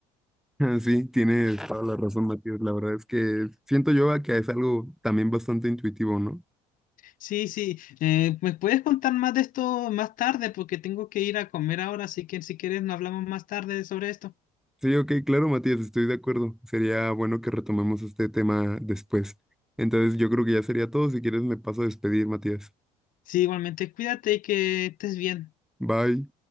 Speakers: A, in the centre; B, on the left.
A: <laughs> Ah, Sí, tienes toda la razón, Matías. La verdad es que siento yo a que es algo también bastante intuitivo, ¿no?
B: Sí, sí. Eh, ¿me puedes contar más de esto más tarde? Porque tengo que ir a comer ahora, así que si quieres, nos hablamos más tarde sobre esto.
A: Sí, ok, claro, Matías, estoy de acuerdo. Sería bueno que retomemos este tema después. Entonces, yo creo que ya sería todo. Si quieres, me paso a despedir, Matías.
B: Sí, igualmente, cuídate y que estés bien.
A: Bye.